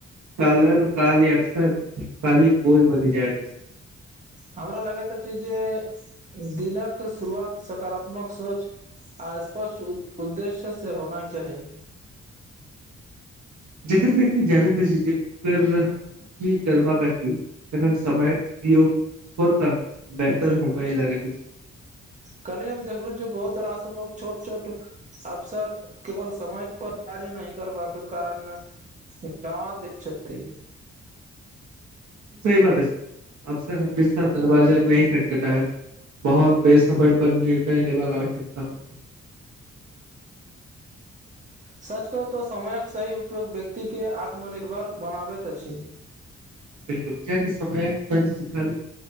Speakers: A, on the right; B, on the right.
A: काल्हन कार्य अकसर काली बोझ बनी जैत अछि
B: हमरा लगैत अछि जे दिनक शुरुआत सकारात्मक सोच आ स्पष्ट उ उद्देश्य से होनाइ चाही
A: जेखन व्यक्ति जनैत अछी जे ओकर की करबाक अछि तखन समयक उपयोग कऽ क बेतर होबइ लगैत अछि <unintelligible>
B: कल्हि हम देखलु जे बहुत रास लोग छोट छोट अवसर केवल समय पर कार्य नहि करबाक कारण <unintelligible> दै छथि
A: सही बात अछी अवसर हमेशा दरवाजा नहि खटखटाया बहुत बे समय पर निर्णय लेबाक आवश्यकता होत
B: सच कहू तोऽ समयक सही उपयोग व्यक्ति के आत्मनिर्भर बनाबैत अछि
A: बिल्कुल कियाकि समयक शब्द सिखल